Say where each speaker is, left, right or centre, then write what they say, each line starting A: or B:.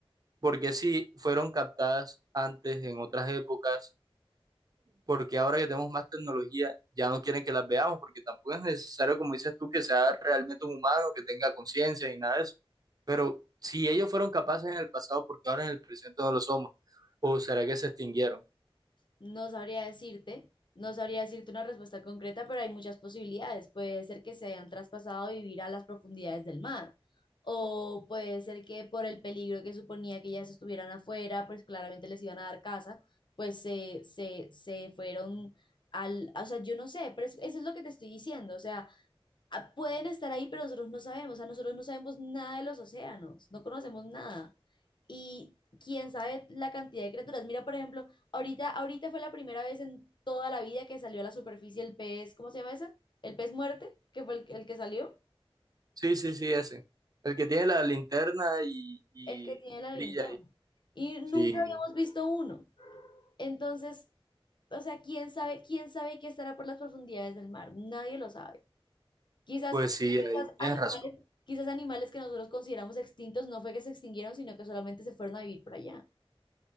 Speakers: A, on the right; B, on the left.
A: porque si fueron captadas antes en otras épocas, porque ahora que tenemos más tecnología ya no quieren que las veamos, porque tampoco es necesario, como dices tú, que sea realmente un humano, que tenga conciencia y nada de eso. Pero si ellos fueron capaces en el pasado, porque ahora en el presente no lo somos? ¿O será que se extinguieron?
B: No sabría decirte, no sabría decirte una respuesta concreta, pero hay muchas posibilidades. Puede ser que se hayan traspasado a vivir a las profundidades del mar, o puede ser que por el peligro que suponía que ellas estuvieran afuera, pues claramente les iban a dar casa, pues se, se, se fueron al, o sea, yo no sé, pero es- eso es lo que te estoy diciendo, o sea, ah, pueden estar ahí, pero nosotros no sabemos, o sea, nosotros no sabemos nada de los océanos, no conocemos nada. Y quién sabe la cantidad de criaturas. Mira, por ejemplo, ahorita, ahorita fue la primera vez en toda la vida que salió a la superficie el pez, ¿cómo se llama ese? El pez muerte, que fue el, el que salió,
A: Sí, sí, sí, ese. El que tiene la linterna y, y
B: el que tiene la
A: brilla
B: linterna.
A: ahí.
B: Y nunca
A: Sí,
B: habíamos visto uno. Entonces, o sea, quién sabe, quién sabe qué estará por las profundidades del mar. Nadie lo sabe. Quizás,
A: pues sí,
B: quizás
A: ahí tienes
B: animales,
A: razón.
B: quizás animales que nosotros consideramos extintos no fue que se extinguieron, sino que solamente se fueron a vivir por allá.